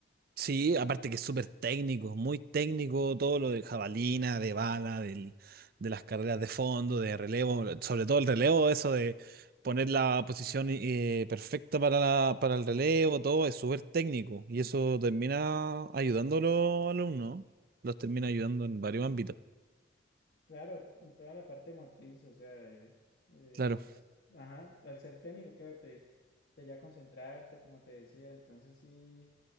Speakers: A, on the right; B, on the left.
A: Sí, aparte que es súper técnico, muy técnico todo lo de jabalina, de bala, del- de las carreras de fondo, de relevo, sobre todo el relevo, eso de poner la posición eh, perfecta para, la- para el relevo, todo es súper técnico y eso termina ayudando a los alumnos, los termina ayudando en varios ámbitos.
B: Claro, en toda la parte motriz, o sea, eh, es,
A: Claro.
B: ajá, al ser técnico, claro, te, te lleva a concentrarte, como te decía. Entonces, sí,